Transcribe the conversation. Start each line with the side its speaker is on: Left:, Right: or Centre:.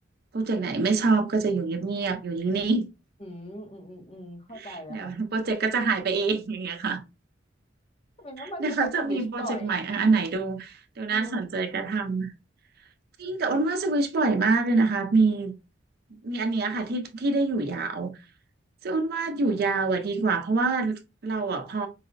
Right: โปรเจกต์ไหนไม่ชอบก็จะอยู่เงียบๆอยู่นิ่ง
Left: อืมอืมอืมอืมเข้าใจเลยค่ะ
Right: ๆเดี๋ยวโปรเจกต์ก็จะหายไปเองอย่างเงี้ยค่ะ
Left: แต่เป็นว่าบางทีเขาสวิชบ่อย
Right: เดี๋ยวเขาจะมีโปรเจกต์ใหม่อะอันไหนดูดูน่าสนใจก็ทำ
Left: อืม
Right: จริงแต่อ้นว่าสวิชบ่อยมากเลยนะคะมีมีอันเนี้ยค่ะที่ที่ได้อยู่ยาวซึ่งอ้นว่าอยู่ยาวอ่ะดีกว่าเพราะว่าเราอ่ะพอ